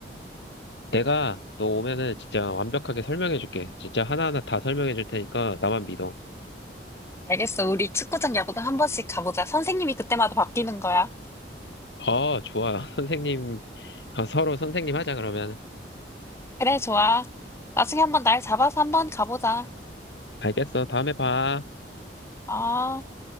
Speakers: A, on the left (about 75°); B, on the left (about 15°).
A: 내가 너 오면은 진짜 완벽하게 설명해 줄게. 진짜 하나하나 다 설명해 줄 테니까 나만 믿어.
B: 알겠어. 우리 축구장 야구장 한 번씩 가보자. 선생님이 그때마다 바뀌는 거야.
A: 아, 좋아. <laughs> 선생님, 아, 서로 선생님 하자, 그러면.
B: 그래, 좋아. 나중에 한번 날 잡아서 한번 가보자.
A: 알겠어. 다음에 봐.
B: 아.